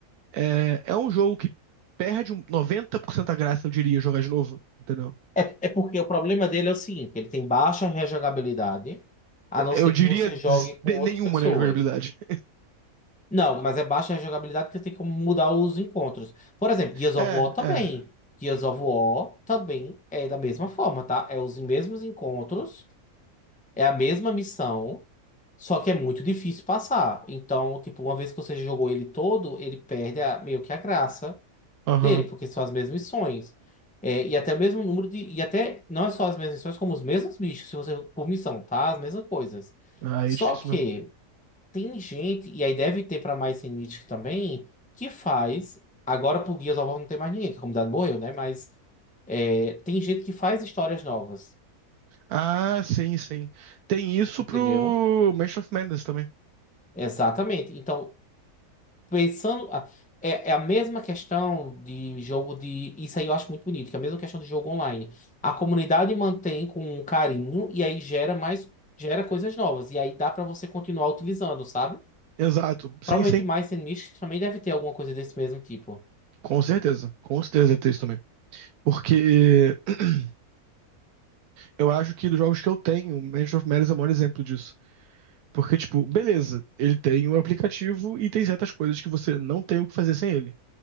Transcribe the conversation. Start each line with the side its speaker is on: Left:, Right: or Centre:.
Right: É, é um jogo que perde um 90% da graça, eu diria, jogar de novo, entendeu?
Centre: É, é porque o problema dele é o seguinte, ele tem baixa rejogabilidade, a
Right: É,
Centre: não ser
Right: Eu diria
Centre: que você jogue
Right: z-
Centre: com
Right: de-
Centre: outras
Right: nenhuma,
Centre: pessoas.
Right: né, jogabilidade. <laughs>
Centre: Não, mas é baixa a jogabilidade porque tem como mudar os encontros. Por exemplo, Gears
Right: É,
Centre: of War também.
Right: é.
Centre: Gears of War também é da mesma forma, tá? É os mesmos encontros, é a mesma missão, só que é muito difícil passar. Então, tipo, uma vez que você jogou ele todo, ele perde a- meio que a graça
Right: Aham.
Centre: dele, porque são as mesmas missões. É, e até o mesmo número de. E até não é só as mesmas missões, como os mesmos bichos, se você por missão, tá? As mesmas coisas.
Right: Ah, Aí
Centre: Só
Right: é difícil
Centre: que.
Right: mesmo.
Centre: Tem gente, e aí deve ter pra mais sem Mythic também, que faz. Agora por guias of War não tem mais ninguém, que a comunidade morreu, né? Mas é, tem gente que faz histórias novas,
Right: Ah, sim, sim. Tem isso
Centre: entendeu?
Right: pro Mansion of Madness também.
Centre: Exatamente. Então, pensando. a- É, é a mesma questão de jogo de. Isso aí eu acho muito bonito, que é a mesma questão de jogo online. A comunidade mantém com um carinho e aí gera mais. Gera coisas novas. E aí dá pra você continuar utilizando, sabe?
Right: Exato. Sim,
Centre: Provavelmente
Right: sim.
Centre: mais Mythic também deve ter alguma coisa desse mesmo tipo.
Right: Com certeza. Com certeza deve ter isso também. Porque <clears throat> eu acho que dos jogos que eu tenho, o Mansion of Madness é o maior exemplo disso. Porque, tipo, beleza, ele tem o aplicativo e tem certas coisas que você não tem o que fazer sem ele.